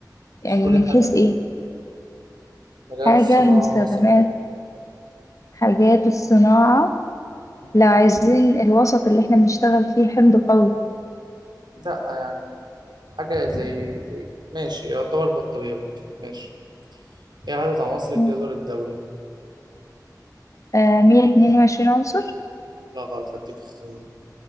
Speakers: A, on the left; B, on the right.
A: يعني
B: اذكري
A: من
B: حاجة
A: حيث
B: من
A: ايه
B: مجالات
A: حاجة
B: الصناعة
A: من استخدامات
B: مثلا
A: حاجات الصناعة
B: مم.
A: لو عايزين الوسط اللي احنا بنشتغل فيه حمض قوي
B: لا يعني حاجة زي إيه؟ ماشي يعتبر بطاريات ماشي ايه عدد عناصر الجدول
A: مم.
B: الدوري
A: آه مية اتنين وعشرين عنصر
B: لا غلط هديك اختيار